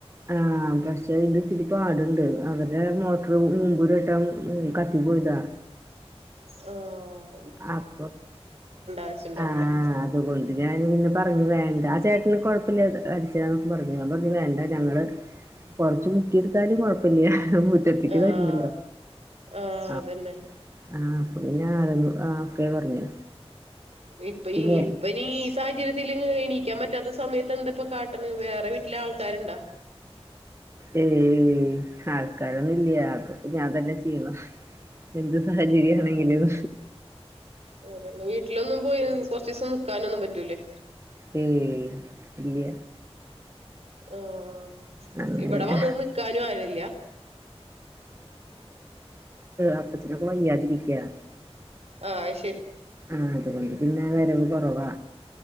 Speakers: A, on the right (about 25°); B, on the right (about 75°).
A: ആ പക്ഷെ ഇത് ഇത്തിരി പാടുണ്ട് അവരുടെ മോട്ടർ ഉം മുമ്പ് ഒരുവട്ടം ഉം കത്തി പോയതാ
B: ആ
A: അപ്പൊ
B: ആവശ്യണ്ടാവൂലേ
A: ആ അതുകൊണ്ട് ഞൻ പിന്നെ പറഞ്ഞു വേ വേണ്ട ആ ചേട്ടന് കുഴപ്പമില്ല അടിച്ചര പറഞ്ഞു ഞാൻ പറഞ്ഞു വേണ്ട ഞങ്ങൾ കുറച്ച് മുക്കിയെടുത്താലും കുഴപ്പല്ല്യ മുറ്റത്തിക്ക്
B: ആഹ്
A: വര്ന്നില്ല
B: ആഹ്
A: ആ
B: അതന്നെ
A: ആ പിന്നെ ആളന്നു ആ ഓക്കെ പറഞ്ഞു
B: ഇപ്പ
A: പിന്നെ
B: ഈ ഇപ്പ നീ ഈ സാഹചര്യത്തിൽ എനി കിക്കാൻ പറ്റാത്ത സമയത്ത് എന്താ ഇപ്പ കാട്ടണ് വേറെ വീട്ടിലെ ആൾക്കാരുണ്ടാ
A: ഏ ആൾക്കാരൊന്നും ഇല്ല അതൊ ഞാൻ തന്നെ ചെയ്യണം എന്ത് സാഹചര്യംമാണെങ്കിലും
B: വീട്ടിൽ വീട്ടിലൊന്നും പോയി കൊറച്ച് ദിവസം നിക്കാന ഒന്നും പറ്റൂലേ
A: ഏ ഇയ
B: ഹ
A: അങ്ങനെയാ
B: ഇവിടെ വന്ന നിക്കാനും ആരില്ല
A: അപ്പ ചക്കൈയാ ജ വിക്കയാ
B: ആഹ് അത് ശരി
A: ആഹ <inaudible> ആ വരവ് കുറവാ